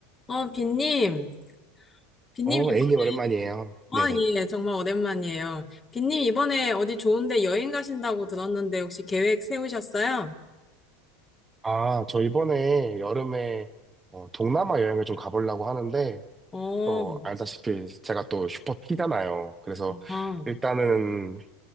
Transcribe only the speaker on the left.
어, 빈님, 빈님
이번에,
아,
예, 정말 오랜만이에요. 빈님 이번에 어디 좋은데 여행 가신다고 들었는데 혹시 계획 세우셨어요?
어,
아,